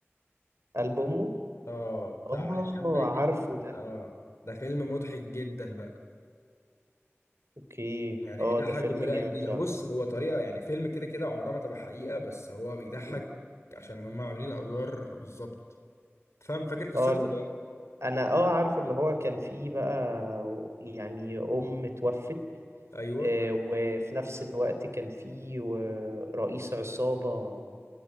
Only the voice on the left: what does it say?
اه
بتاع هشام ماجد
اه ده فيلم مضحك جدا بقى
يعني
بيضحك
بطريقه
جديده
هو بص هو طريقه يعني فيلم كده كده عمرها ما تبقى حقيقه بس هو بيضحك
عشان هم عاملين الادوار بالظبط فاهم فاكر قصته
ولا
لأ؟ ايوه